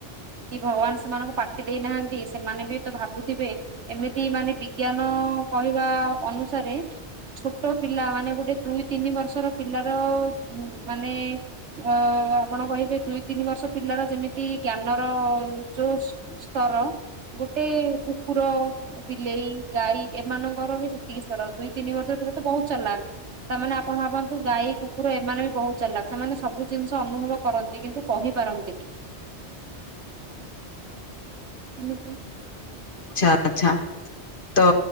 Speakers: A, on the right; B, on the left.
A: କି ଭଗବାନ ସେମାନଙ୍କୁ ପାଟି ଦେଇ ନାହାନ୍ତି ସେମାନେ ବି ତ ଭାବୁଥିବେ ଏମିତି ମାନେ ବିଜ୍ଞାନ କହିବା ଅନୁସାରେ ଛୋଟ ପିଲା ମାନେ ଗୋଟେ ଦୁଇ ତିନି ବର୍ଷର ପିଲାର ମାନେ ଅ ଆପଣ କହିବେ ଦୁଇ ତିନି ବର୍ଷ ପିଲାର ଯେମିତି ଜ୍ଞାନର ଯୋସ୍ ସ୍ତର ଗୋଟେ କୁକୁର ବିଲେଇ ଗାଈ ଏମାନଙ୍କର ବି ସେତିକି ସ୍ତର ଦୁଇ ତିନି ବର୍ଷ ପରେ ତ ବୋହୁତ ଚାଲାଖ୍। ତାମାନେ ଆପଣ ଭାବନ୍ତୁ ଗାଈ କୁକୁର ଏମାନେ ବି ବହୁତ ଚାଲାଖ୍ ସେମାନେ ସବୁ ଜିନିଷ ଅନୁଭବ କରନ୍ତି କିନ୍ତୁ କହିପାରନ୍ତିନି। <unintelligible>
B: ଆଚ୍ଛା ଆଛା ତ